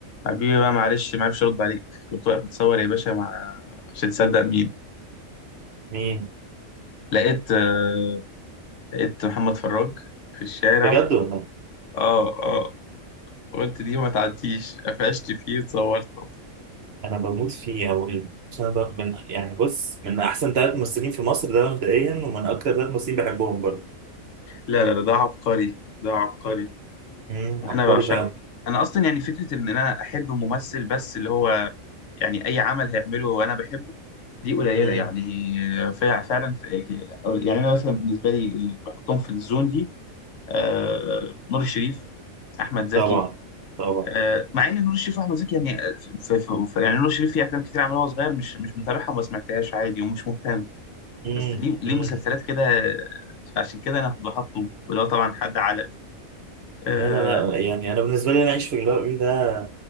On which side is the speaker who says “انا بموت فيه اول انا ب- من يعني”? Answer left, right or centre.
Right